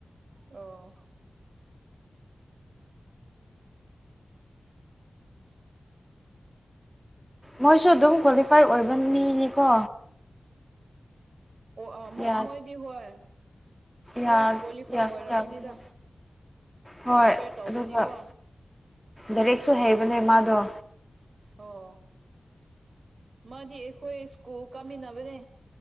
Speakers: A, on the right; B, in the centre.
A: ꯑꯣ
B: ꯃꯣꯏꯁꯨ ꯑꯗꯨꯝ ꯀ꯭ꯋꯥꯂꯤꯐꯥꯏ ꯑꯣꯏꯕ ꯃꯤꯅꯤꯀꯣ
A: ꯑꯣ ꯃ
B: ꯌꯥ
A: ꯃꯣꯏꯗꯤ ꯍꯣꯏ ꯈꯔ
B: ꯌꯥ
A: ꯀ꯭ꯋꯥꯂꯤꯐꯥꯏ
B: ꯌꯥꯁꯨ
A: ꯑꯣꯏꯔꯝꯒꯅꯤꯗ
B: ꯌꯥꯕꯅꯦ ꯍꯣꯏ
A: ꯀꯝꯄꯦꯌꯔ ꯇꯧꯔꯗꯤꯀꯣ
B: ꯑꯗꯨꯒ ꯂꯥꯏꯔꯤꯛꯁꯨ ꯍꯩꯕꯅꯦ ꯃꯥꯗꯣ
A: ꯑꯣ ꯃꯥꯗꯤ ꯑꯩꯈꯣꯏ ꯁ꯭ꯀꯨꯜ ꯀꯥꯃꯤꯟꯅꯕꯅꯦ